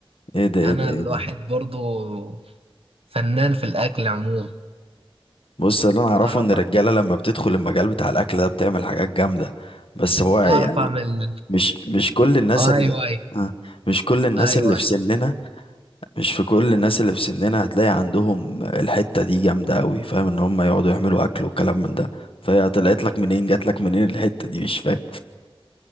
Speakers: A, on the left; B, on the right.
A: ده ايه ده
B: انا الواحد
A: ايه ده
B: برضو فنان في الاكل عموما
A: بص اللي انا اعرفه
B: اعرف
A: ان الرجاله لما بتدخل المجال بتاع الاكل ده بتعمل حاجات جامده بس هو يعني
B: اعرف اعمل
A: مش مش كل الناس
B: ايوه
A: اللي
B: ايوه
A: آه، مش كل الناس
B: ايوه
A: اللي في سننا مش في كل الناس اللي في سننا هتلاقي عندهم الحتة دي جامدة قوي فاهم ان هم يقعدوا يعملوا اكل وكلام من ده فهي طلعت لك منين جات لك منين الحتة دي مش فاهم